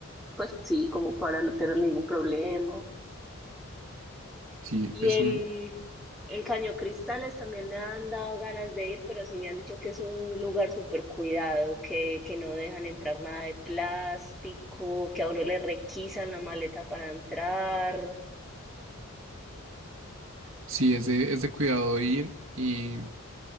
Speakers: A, in the centre; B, on the right.
A: pues sí, como para no tener ningún problema.
B: Sí,
A: Y
B: es
A: en,
B: un,
A: en Caño Cristales también me han dado ganas de ir, pero sí me han dicho que es un lugar súper cuidado, que, que no dejan entrar nada de plástico, que a uno le requisan la maleta para entrar.
B: sí, es de, es de cuidado ir y